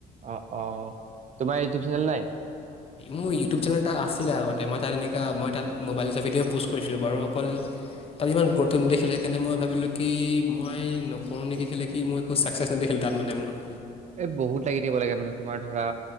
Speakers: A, on the right; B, on the left.
A: অ অ তোমাৰ ইউটিউব চেনেল নাই
B: মোৰ ইউটিউব চেনেল এটা আছিলে আগতে মই তাত এনেকুৱা মই তাত মোবাইল ভিডিঅ' প'ষ্ট কৰিছিলোঁ বাৰু অকল তাত ইমান গুৰুত্ব নেদেখিলে সেইকাৰণে মই ভাবিলোঁ কি মই নকৰোঁ নেকি কেলে কি মই একো চাকচেছ নেদেখিলো তাত মানে মোৰ
A: এ বহুত লাগি থাকিব লাগে মানে তোমাৰ ধৰা